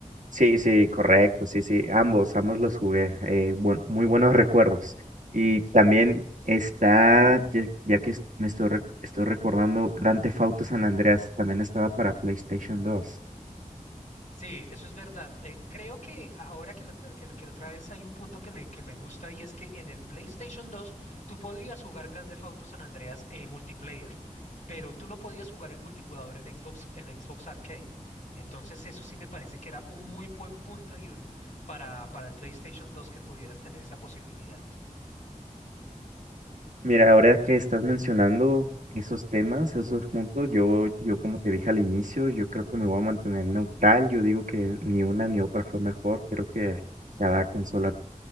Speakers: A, on the right (about 65°); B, on the left (about 65°).
A: Sí, sí, correcto, sí, sí, ambos, ambos los jugué, eh, buen- muy buenos recuerdos. Y también está, ya, ya que es- me estoy, re- estoy recordando, Grand Theft Auto San Andreas también estaba para PlayStation 2.
B: Sí, eso es verdad. Eh, creo que ahora que lo, tra- que lo, que lo traes hay un punto que me, que me gusta y es que en el PlayStation 2 tú podías jugar Grand Theft Auto San Andreas eh, multiplayer, pero tú no podías jugar el multijugador en Xbox, en Xbox Arcade. Entonces eso sí me parece que era un muy buen punto para, para el PlayStation dos que pudieras tener esa posibilidad.
A: Mira, ahora que estás mencionando esos temas, esos puntos, yo, yo como te dije al inicio, yo creo que me voy a mantener neutral, yo digo que ni una ni otra fue mejor, creo que cada consola